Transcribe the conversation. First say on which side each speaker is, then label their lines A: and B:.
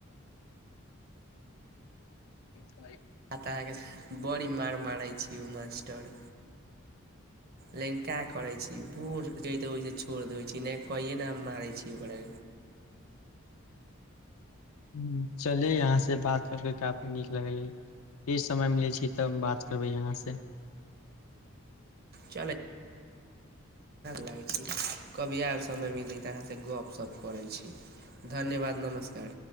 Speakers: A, on the left; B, on the right.
A: <unintelligible>
B: आ त अहाँके बड़ी मार मारै छी ओ मास्टर। लंका करै छी बूढ़ ओहिस छोड़ देै छी नहि कहिे ने हम मारै छी ओकरा।
A: ह चले यहाँ से बात। कर के काफी नीक लगले फेर समय मिले छै तब बात करबे यहाँ से।
B: चलै लागै छै। कभी आ समय मिले त यहाँ से गप। सभ करै छी। धन्यवाद
A: ह बात।
B: नमस्कार